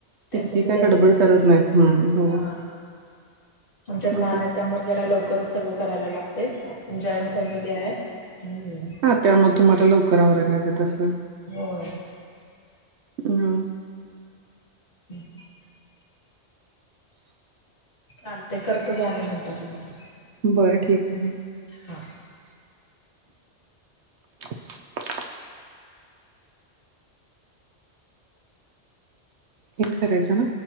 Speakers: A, on the left (about 50°); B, on the right (about 70°).
A: त्यांचं
B: तितकी
A: ते
B: काय
A: त्यांचं
B: गडबड
A: त्यांचं
B: करत
A: करतात
B: नाही, हम्म हो.
A: हा आमच्यात लहान
B: आता
A: आहेत त्यामुळे जरा लवकरच सगळं करायला लागतंय जॉईंट फॅमिली आहे, हम्म.
B: त्यामुळ तुम्हाला लवकर आवरायला लागत असलं.
A: होय.
B: हा.
A: <inaudible> चालतंय करतो घ्या, आणि नंतर तुम्हाला
B: बरं ठीक आहे.
A: हा.
B: <inaudible> हेचं करायचं ना.